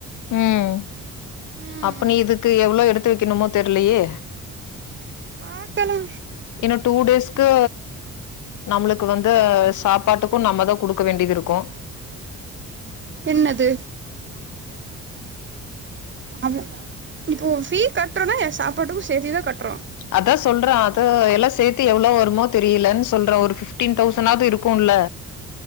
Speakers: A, on the left (about 75°); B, on the right (about 40°).
A: உம்
B: ம்
A: அப்ப நீ இதுக்கு எவ்ளோ எடுத் து வெக்கணுமோ தெர்லையே
B: பாக்கணு
A: ஏன்னா டூ டேஸ்க்கு நம்ளுக்கு வந்து சாப்பாட்டுக்கு நம்மதா குடுக்க வேண்டியது இருக்கு
B: என்னது அந் இப்போ ஃபீ கட்றோனா ஏ சாப்பாட்டுக்கு சேத்திதா கட்றோ
A: அதா சொல்ற அது எல்லா சேத்தி எவ்ளோ வருமோ தெ ரியிலன் சொல்ற ஒரு ஃபிஃப்டீன் தௌ <unintelligible> இருக்குல்ல